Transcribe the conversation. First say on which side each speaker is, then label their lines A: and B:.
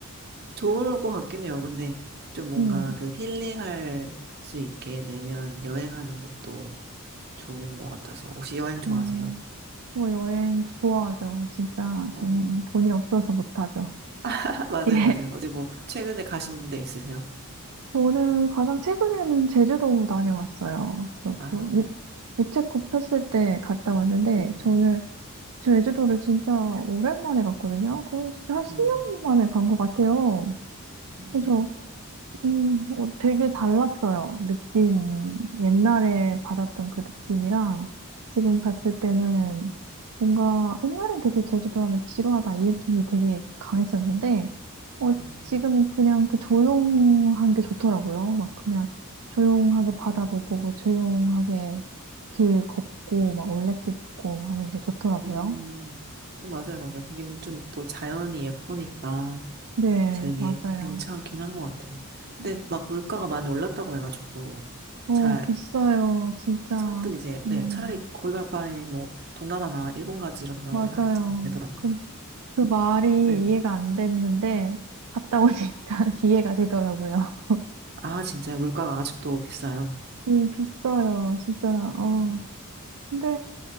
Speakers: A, on the right; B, on the right.
A: 좋을 것 같긴 해요. 근데 좀 뭔가
B: 음,
A: 그 힐링할 수 있게 매년 여행하는 것도 좋은 것 같아서. 혹시 여행 좋아하세요?
B: 음. 뭐 여행 좋아하죠. 진짜
A: 어,
B: 저는 돈이 없어서 못하죠.
A: <laughs> 맞아요,
B: <laughs> 예.
A: 맞아요. 어디 뭐, 최근에 가신 데 있으세요?
B: 저는 가장 최근에는 제주도 다녀왔어요. 그래서
A: 아,
B: 그 유- 유채꽃 폈을 때 갔다 왔는데
A: 네.
B: 저는 제주도를 진짜 오랜만에 갔거든요. 거의 진짜 한 10년
A: 음,
B: 만에 간 것 같아요.
A: 음,
B: 그래서 음, 어, 되게 달랐어요. 느낌. 옛날에 받았던 그 느낌이랑 지금 갔을 때는 뭔가 옛날엔 되게 제주도 하면 지루하다 이 느낌이 되게 강했었는데, 어,
A: 음,
B: 지금 그냥 그 조용한 게 좋더라고요. 막 그냥 조용하게 바다 보고 뭐 조용하게 길 걷고 막 올레길 걷고 하는 게 좋더라고요.
A: 음. 어, 맞아요, 맞아요. 거기는 좀 또 자연이 예쁘니까.
B: 네,
A: 되게
B: 맞아요.
A: 괜찮긴 한 것 같아요. 근데 막 물가가 많이 올랐다고 해가지고
B: 어,
A: 잘
B: 비싸요. 진짜.
A: 선뜻 이제
B: 음,
A: 네 차라리 거기 갈 바에 뭐 동남아나 일본 가지 이런 생각을
B: 맞아요.
A: 하게 되더라고요.
B: 그 말이
A: 네.
B: 이해가 안 됐는데, 갔다 오니까 <laughs> 이해가 되더라고요.
A: 아 진짜 요 물가가 아직도 비싸요.
B: 음, 비싸요, 진짜. 어.
A: 음,
B: 근데,